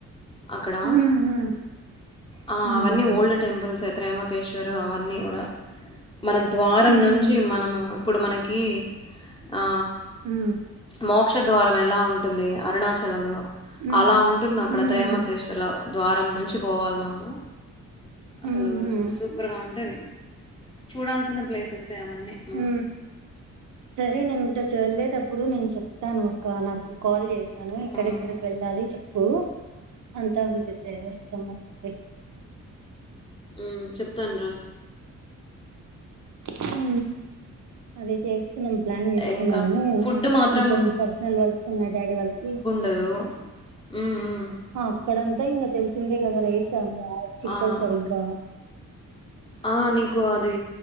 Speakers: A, on the left (about 15°); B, on the right (about 65°).
A: అక్కడా
B: మ్మ్ మ్మ్
A: అ
B: మ్మ్
A: అవ్వని
B: మ్మ్
A: ఓల్డ్ టెంపుల్స్ త్రయంబకేశ్వరర్ అవన్నీ గూడ మన ద్వారం
B: మ్మ్
A: నుంచి మనము ఇప్పుడు మనకి ఆ
B: హు
A: మోక్షద్వారం ఎలా ఉంటుంది అరుణాచలంలో
B: మ్మ్
A: అల ఉంటుంది అక్కడ
B: మ్మ్
A: త్రయంబకేశ్వర్లొ ద్వారం నుంచి పోవాలి మనము అసలు
B: మ్మ్ మ్మ్
A: సూపర్గ ఉంటది చూడాల్సిన ప్లేసెసే అవన్నీ మనం.
B: హు సరే నేను <unintelligible> నుంచి వెళ్ళేటప్పుడు నేను చెప్తాను అక్కా నాకు కాల్ చేస్ <unintelligible> ఎక్కడెక్కడికి
A: హ్మ్.
B: వెళ్ళాలి చెప్పు అంతా విజిట్ <unintelligible>
A: ఆ చెప్తాను రా
B: హు అదే చేస్తున్నాం ప్లాన్ చేస్తున్నాము
A: ఇంకా ఫుడ్ మాత్రం
B: కొంచెం పర్సనల్ వర్క్స్ ఉన్నాయ్ డాడీ వాళ్ళకి
A: డదు ఉ ఉ
B: అక్కడంతా ఇంగ తెలిసిందే గదా రైస్ <unintelligible> చిక్కదు
A: ఆ!
B: సరిగ్గా
A: ఆ నీకు అది